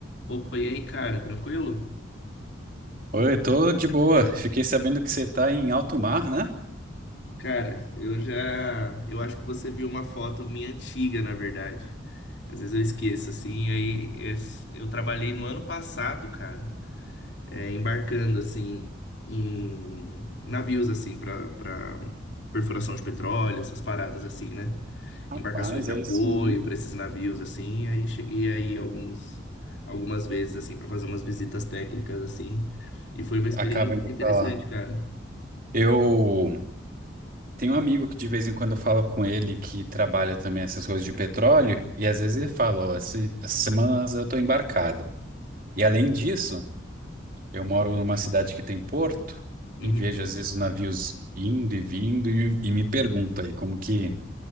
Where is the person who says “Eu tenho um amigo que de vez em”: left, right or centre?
Right